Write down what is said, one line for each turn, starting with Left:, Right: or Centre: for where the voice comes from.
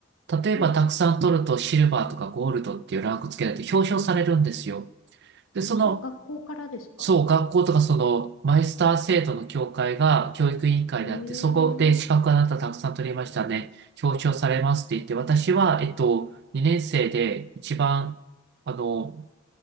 Right: 例えばたくさん取るとシルバーとかゴールドっていうランク付けられて表彰されるんですよ。
Left: は
Right: で、その
Left: い。え、それ学校からですか
Right: そう、学校とかその、マイスター制度の協会が教育委員会であって、
Left: ええ
Right: そこで資格あなたたくさん取りましたね。表彰されますって言って、私は、えっと、2年生で一番、あの、